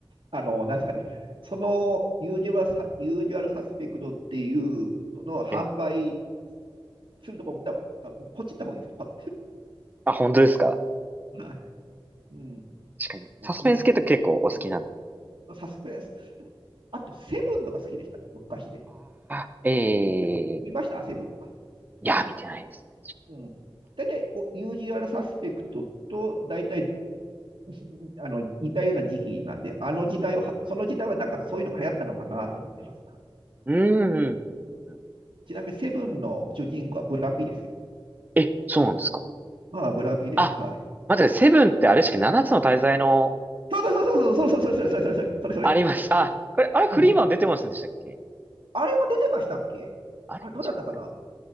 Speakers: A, on the right; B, on the right.
A: あの、なんですかね、そのユージュアルサ、ユージュアルサスペクトっていうのの販売
B: ええ
A: するところも、多分あポチった方がいいですよ。パッ
B: あ、本当ですか。
A: <laughs> はい。うん。
B: 確かに。
A: もうぜひ、
B: サスペンス系って結構お好きなんです。
A: サスペンス。でもあと、セブンとか好きでしたね、昔で。
B: ああ、ええ
A: セブン見ましたセブンは。
B: いや、見てないですね。
A: うん。大体こう、ユージュアルサスペクトと、大体、<laughs> あの、似たような時期なんで、あの時代は、その時代はなんかそういうのが流行ったのかなと思ってます。
B: うん、うん、うん。うん
A: ちなみに、セブンの主人公はブラピですよ。
B: え、そうなんですか。
A: ああ、ブラピです。
B: あ、
A: はい。
B: 待ってください、セブンってあれしか7つの大罪の
A: そうそうそうそう、それそれそれそれそれそれそれそれそれ。
B: ありました。あ、これ、あれ、フリーマン出てませんでしたっけ
A: うん。あれも出てましたっけあれ、
B: あれ違ったっけ
A: どうだったかな